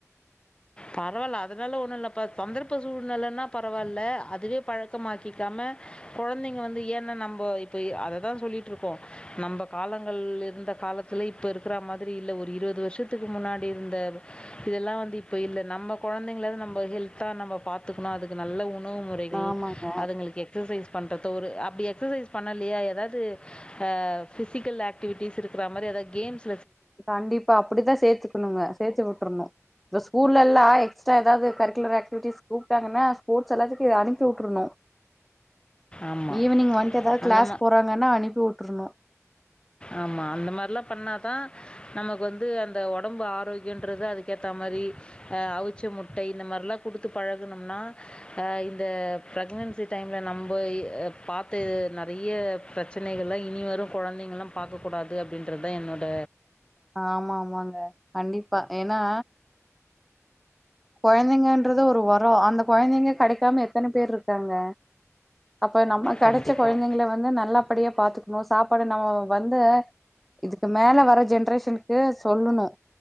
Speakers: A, on the left (about 20°); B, in the centre.
A: பரவாயில்ல அதனால ஒண்ணு இல்ல சந்தர்ப்ப சூழ்நிலன்னா பரவாயில்ல அதுவே பழக்கமாக்கிக்காம கொழந்தைங்க வந்து ஏன்ன நம்ம இப்ப அததா சொல்லிட்டு இருக்கோ நம்ம காலங்கள் இருந்த காலத்துல இப்ப இருக்கிற மாரி இல்ல ஒரு இருபது வருஷத்துக்கு முன்னாடி இருந்த இதெல்லா வந்து இப்ப இல்ல நம்ம கொழந்தைங்கள நம ஹெல்தா நம்ம பாத்துக்கணு அதுக்கு நல்ல உண் உணவு முறைகள்
B: ஆமாங்க
A: அதுங்களுக்கு எக்ஸசைஸ் பண்ணுறத ஒரு அப்டி எக்ஸசைஸ் பண்ணலையா ஏதாவது அ ஃபிசிக்கல் ஆக்டிவிட்டிஸ் இருக்கிற மாரி ஏதாவது கேம்ஸ்
B: கண்டிப்பா அப்டிதா சேத்துக்கணுங்க சேத்து விட்டுரணு ஸ்கூல்ல எல்லா எக்ஸ்ட்ரா ஏதாவது கரிக்குலர் ஆக்டிவிட்டிஸ் கூப்பிட்டாங்கன்னா ஸ்போர்ட்ஸ் எல்லாத்துக்கும் அனுப்பி விட்ரணும்
A: ஆமாம்
B: ஈவினிங் வண்டு ஏதாவது
A: அந்த
B: கிளாஸ் போறாங்கன்னா அனுப்பி விட்டுருணும்
A: ஆமா அந்த மாதிரிலா பண்ணாதான் நமக்கு வந்து அந்த ஒடம்பு ஆரோக்கியன்றது அதுக்க ஏத்த மாதிரிஹ் அவிச்ச முட்டை இந்த மாரிலாம் கொடுத்து பழகணும்னா அஹ் இந்த ப்ரெக்னன்சி டைம்ல நம் அ பாத்து நெறைய பிரச்சனைகள்லா இனி வரும் குழந்தைங்கள்லா பக்ககக்கூடாது அப்டின்றது தான் என்னோட
B: ஆமாமாங்க கண்டிப்பா ஏனா குழந்தைங்கன்றது ஒரு வரோ அந்த குழந்தைங்க கெடைக்காம எத்தன பேர் இருக்காங்க அப்ப நம்ம
A: கண்டிப்பாக
B: கிடைச்ச கொழந்தைங்கள வந்து நல்லபடியா பாத்துக்கணு சாப்பாடு நம்ம வந்து இதுக்கு மேல வர ஜென்ரேஷனுக்கு சொல்லணு